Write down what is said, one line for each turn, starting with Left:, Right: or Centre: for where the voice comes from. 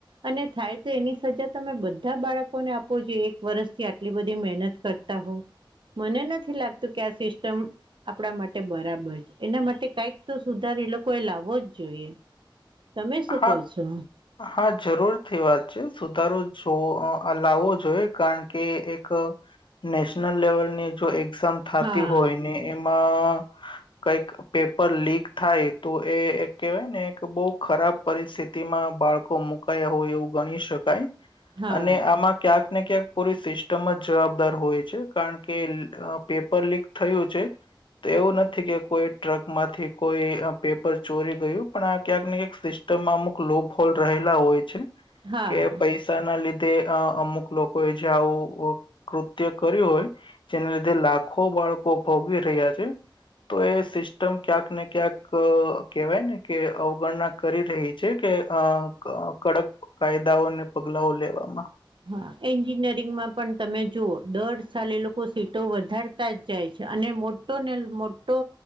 Right: અને થાય તે એની સજા તમે બધા બાળકોને આપો છો જે એક વર્ષથી આટલી બધી મહેનત કરતા હોય મને નથી લાગતું કે આ સિસ્ટમ આપણા માટે બરાબર છે. એના માટે કઈક તો સુધાર એ લોકો એ લાવવો જ જોઈએ, તમે શું
Left: હા
Right: કહો છો.
Left: હા, જરૂરથી વાત છે, સુધારો જોવો લાવવો જોઈએ કારણ કે એક નેશનલ લેવલ ની જો એક્ઝામ થાતી
Right: હા
Left: હોય, ને એમાં કઈક પેપર લીક થાય, તો એ એક કેહેવાય ને એક બહુ ખરાબ પરિસ્થિતિમાં બાળકો મુકાયા હોય, એવું ગણી શકે
Right: હા
Left: અને આમાં ક્યાંક કયાંક ને ક્યાંક પૂરી સિસ્ટમ જ જવાબદાર હોય છે, કારણ કે પેપર લીક થયું છે. તેએવું નથી કે કોઈ ટ્રક માંથી કોઈ, પેપર ચોરી ગયું પણ આ ક્યાંક ને ક્યાંક સિસ્ટમમાં અમુક લો ફોલ્ટ રહેલા હોય છે,
Right: હા
Left: કે પૈસા પૈસા ના લીધે અમુક લોકો, એ જે આવું કૃત્ય કર્યું હોય. જેના, લીધે લાખો બાળકો ભોગી રહ્યા છે. તો એ સિસ્ટમ ક્યાંક ને ક્યાંક કહેવાય ને કે અવગણના કરી રહી છે, કે અ કડક કાયદાઓ અને પગલાઓ લેવામાં
Right: હા એન્જિનિયરિંગમાં પણ તમે જુઓ દર સાલે એ લોકો સીટો વધાર જ જાય છે. અને મોટો ને મોટો